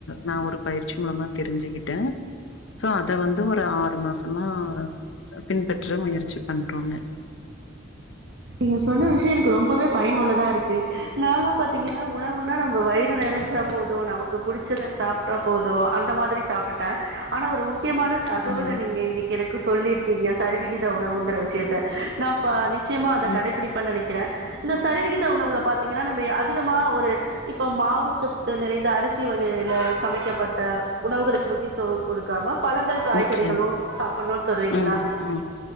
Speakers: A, on the left (about 80°); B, on the right (about 60°).
A: நா ஒரு பயிற்சி மூலமா தெரிஞ்சிக்கிட்டே சோ அத வந்து ஒரு ஆறு மாசமா பின்பற்ற முயற்சி பண்றோங்க
B: நீங்க சொன்ன விஷயொ எனக்கு ரொம்பவே பயனுள்ளதா இருக்கு நால்லா பாத்தீங்கன்னா உணவுன்னா நம்ம வயிறு நெறஞ்சா போது நமக்கு புடிச்சத சாப்ட்டா போது அந்த மாதிரி சாப்ட்டுட்ட ஆனா ஒரு மு க்கியமான தகவல
A: ம்
B: நீங்க இன்னக்கி எனக் கு சொல்லியிருக்கீங்க சரிவிகித உணவுங்குற விஷயத்த நா ஃபா நிச்சய
A: ம்.
B: கடைப்பிடிப்பேன் நெனக் கிற இந்த சரிவிகித உணவுல பாத்தீங்கன்னா நம்ப அதிகமா ஒரு இப்ப மாவுச்சத்து நிறைந்த அரிசி வகையுல சமைக்கப்பட்ட உணவுகளுக்கு முக்கியத்துவொ குடுக்காம பழங்கள் காய்கறிகளு
A: நிச்சயம்
B: சாப்பட்ணுன்னு சொல்றீங்களா
A: ம் ம்